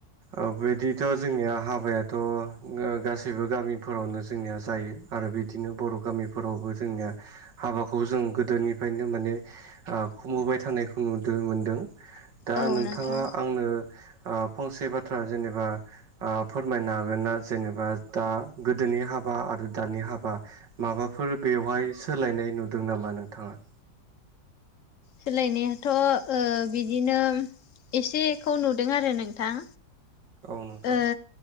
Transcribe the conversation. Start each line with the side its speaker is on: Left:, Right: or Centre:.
Right: अ बिदिथ' जोंनिया हाबायाथ' गो गासैबो गामिफोरावनो जोंनिया जायो आरो बिदिनो बर' गामिफोरावबो जोंनिया हाबाखौ जों गोदोनिफ्रायनो माने आ खुमुबाय थानायखौ नुदो मोनदों दा
Left: औ
Right: नोंथाङा
Left: नोंथां
Right: आंनो ओ फंसे बाथ्रा जेनेबा ओ फोरमायनो हागोनना जेनेबा दा गोदोनि हाबा आरो दानि हाबा माबाफोर बेवहाय सोलायनाय नुदों नामा नोंथाङा?
Left: सोलायनायाथ' ओ बिदिनो एसेखौ नुदों आरो नोंथां।
Right: औ नोंथां
Left: ओ